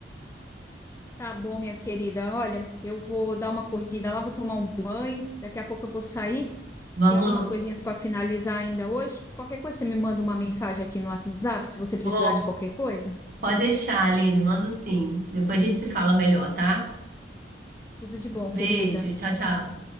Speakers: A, on the left; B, on the right.
A: Tá bom, minha querida. Olha, eu vou dar uma corrida lá, vou tomar um banho. Daqui a pouco eu vou sair.
B: Vamos.
A: Tem algumas coisinhas para finalizar ainda hoje. Qualquer coisa, você me manda uma mensagem aqui no WhatsApp se você precisar
B: Pô,
A: de qualquer coisa.
B: pode deixar, Aline. Mando sim. Depois a gente se fala melhor, tá?
A: Tudo de bom,
B: Beijo.
A: querida.
B: Tchau, tchau.